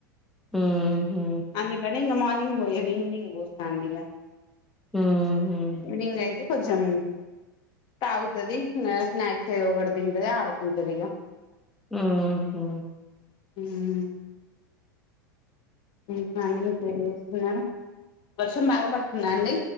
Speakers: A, in the centre; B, on the left (about 45°).
A: మ్మ్ హు
B: అందుకనీ మార్నింగ్ పోయను ఈవనింగ్ పోస్తా అండి ఇగ
A: ఉహు
B: ఈవినింగ్ అయితే కొంచెం తాగుతది స్నాక్స్ ఏదోఒకటి తింటది ఆడుకుంటది ఇక
A: ఉహూ
B: ఉమ్ ఇకా అండి ఏం చేస్తున్నారు వర్షం బాగా పడుతుందా అండి